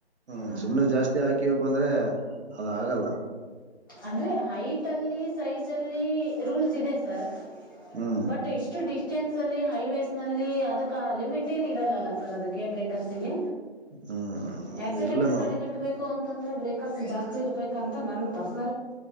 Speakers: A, on the right; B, on the left.
A: ಹ್ಮ್
B: ಹಾಂ
A: ಸುಮ್ನೆ ಜಾಸ್ತಿ ಹಾಕಿವಪ್ಪ ಅಂದ್ರೆ ಅದಾಗಲ್ಲ
B: ಅಂದ್ರೆ ಹೈಟ್ ಅಲ್ಲಿ ಸೈಜ್ ಅಲ್ಲಿ ಇಲ್ಲಿ ರೂಲ್ಸ್ ಇದೆ ಸರ್
A: ಹ್ಮ್
B: ಬಟ್ ಇಷ್ಟು ಡಿ ಸ್ ಅಲ್ಲಿ ಹೈವೇಸ್ ನಲ್ಲಿ ಅದ ಕಾಲ ಲಿಮೀಟ ಏನೀರಲ್ಲ ಅಲ್ಲ ಸ ಸರ ಅದಕ್ಕೆ ಬ್ರೇಕರ್ಸಿಗೆ
A: ಹ್ಮ್
B: ಆಕ್ಸಿಡೆಂಟ್
A: ಇಲ್ಲ ಮೇಡಮ್
B: ತಡೆಗಟ್ಟಬೇಕು ಅಂತಂದ್ರೆ ಬ್ರೇಕರ್ ಜಾಸ್ತಿ ಇರ್ಬೇಕಂತ ನನ್ ಪರ್